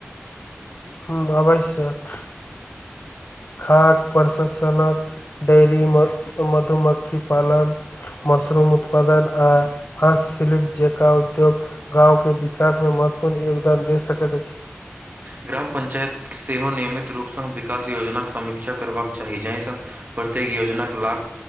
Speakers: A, on the left; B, on the right.
A: ह अवश्यक खाक प्रशासनक डेरी म मधुमक्खी पालन मशरूम उत्पादक आ हस सिलिप जेका उद्योग गाँंव के विकास में महत्वपूर्ण योगदान दे सकैत अछि
B: ग्राम पञ्चायत सेवा नियमित रूपसँ विकास योजनाक समीक्षा करबाक चाही जाहिसँ प्रत्येक योजनाक लाभ